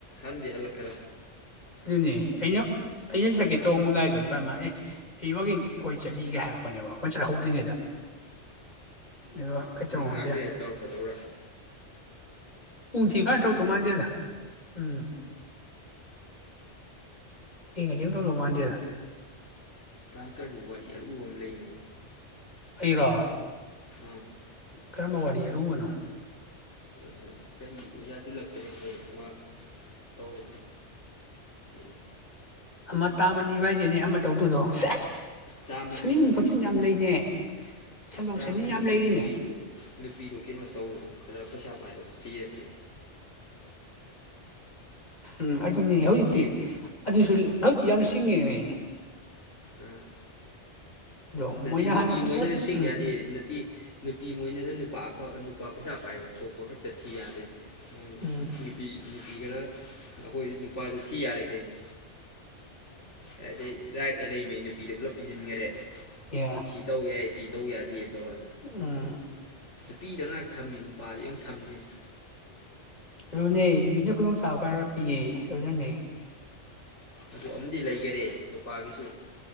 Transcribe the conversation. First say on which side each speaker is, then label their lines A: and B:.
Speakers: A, on the left; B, on the left.
A: ꯍꯜꯂꯛ ꯈꯔ
B: ꯑꯗꯨꯅꯦ ꯑꯩꯅ ꯑꯩꯅ ꯁꯛꯀꯦ ꯇꯧꯕꯅꯥꯏꯗꯣ ꯀꯔꯥꯏꯃꯅ ꯑꯦ ꯑꯩ ꯋꯥꯒꯤꯡ ꯍꯣꯏ ꯆꯠꯂꯤꯒ ꯍꯥꯏꯔꯛꯄꯅꯦꯕ ꯑꯩꯈꯣꯏ ꯆꯠꯍꯧꯗ꯭ꯔꯤꯉꯩꯗ ꯑꯗꯨꯒ ꯀꯩꯇꯧꯅꯣ
A: ꯑꯗꯨꯗꯤ ꯉꯥꯏꯍꯥꯛ
B: ꯈꯪꯗꯦ
A: ꯂꯩꯔ ꯇꯧꯔꯛꯀꯗꯧꯕꯔꯥ
B: ꯄꯨꯪꯁꯤ ꯈꯥꯟ ꯇꯧꯗꯣ ꯃꯥꯟꯗꯦꯗꯥ ꯎꯝ ꯊꯦꯡꯉꯥꯗꯤ ꯇꯧꯗꯣ ꯃꯥꯟꯗꯦꯗ
A: ꯇꯥꯡꯀꯔꯗꯨ ꯋꯥꯔꯤ ꯑꯔꯨꯕ ꯑꯃ ꯂꯩꯅꯤ
B: ꯑꯩꯔꯣ
A: ꯑꯥ
B: ꯀꯔꯝꯕ ꯋꯥꯔꯤ ꯑꯔꯨꯕꯅꯣ
A: ꯑꯗꯨꯅ ꯆꯍꯤꯗꯨ ꯌꯥꯁꯤꯜꯂꯛꯇ꯭ꯔꯦꯈꯩ ꯑꯃ ꯇꯧꯔꯨꯅꯤ ꯑꯩ
B: ꯑꯃ ꯇꯥꯃꯅꯤ ꯋꯥꯏ ꯅꯦ ꯑꯃ ꯇꯧꯗꯣꯏꯗꯣ ꯁꯁ
A: ꯇꯥ ꯃꯅꯤꯗꯨ
B: ꯁꯦꯝꯖꯤꯟ
A: ꯅꯨꯄꯤꯗꯣ
B: ꯈꯣꯠꯆꯤꯟ ꯌꯥꯝ ꯂꯩꯅꯦ ꯁꯦꯝꯗꯣꯛ
A: ꯇꯥꯃꯅꯤꯗꯣ
B: ꯁꯦꯝꯖꯤꯟ ꯌꯥꯝ ꯂꯩꯔꯤꯅꯦ
A: ꯅꯨꯄꯤꯗꯣ ꯅꯨꯄꯤꯗꯣ ꯀꯩꯅꯣ ꯇꯧꯔꯛꯑꯣ ꯈꯔ ꯄꯩꯁꯥ ꯄꯥꯏꯕ ꯑꯃ ꯄꯤꯔꯁꯤ
B: ꯎꯝ ꯑꯗꯨꯅꯤ ꯍꯧꯖꯤꯛꯇꯤ
A: ꯊꯦꯝꯃꯨ
B: ꯑꯗꯨꯁꯨ ꯍꯧꯖꯤꯛꯇꯤ ꯌꯥꯝ ꯇꯉꯦꯃꯤ
A: ꯎꯝ
B: ꯃꯣꯏꯅ
A: ꯅꯠꯇꯦ
B: ꯍꯥꯟꯅ
A: ꯅꯨꯄꯤ
B: ꯁꯠ
A: ꯃꯣꯏꯅꯅ
B: ꯁꯠ
A: ꯁꯤꯡ
B: ꯎꯝ
A: ꯌꯥꯗꯦ ꯅꯠꯇꯦ ꯅꯨꯄꯤ ꯃꯣꯏꯅꯅ ꯅꯨꯄꯥ ꯑꯐ ꯂꯨꯄꯥ ꯄꯩꯁꯥ ꯄꯥꯏꯕ ꯊꯣꯛꯄ ꯈꯛꯇ ꯊꯤ ꯌꯥꯗꯦ ꯎ
B: ꯎꯝ
A: ꯅꯨꯄꯤ ꯅꯨꯄꯤ ꯈꯔ ꯑꯩꯈꯣꯏ ꯅꯨꯄꯥꯗꯨ ꯊꯤ ꯌꯥꯔꯦ ꯀꯩꯅꯣ ꯀꯗꯤ ꯌꯥꯥꯏ ꯂꯩ ꯃꯅꯤ ꯄꯤꯖꯤꯟꯈꯔꯦ
B: ꯑꯦ
A: ꯁꯤ ꯇꯧꯒꯦ ꯁꯤ ꯇꯧ ꯌꯥꯗꯦ ꯇꯧꯔ
B: ꯎꯝ
A: ꯅꯨꯄꯤꯗ ꯉꯍꯥꯛ ꯊꯝꯃꯤ ꯅꯨꯄꯥꯗꯤ ꯑꯃꯨꯛ ꯊꯝꯗꯦ
B: ꯑꯗꯨꯅꯦ ꯅꯨꯄꯤꯅ ꯈꯨꯗꯣꯡ ꯆꯥꯕ ꯈꯔ ꯄꯤꯌꯦ ꯑꯗꯨꯅꯅꯦ꯫
A: ꯑꯗꯨ ꯑꯝꯗꯤ ꯂꯩꯒꯔꯦ ꯅꯨꯄꯥꯒꯤꯁꯨ꯫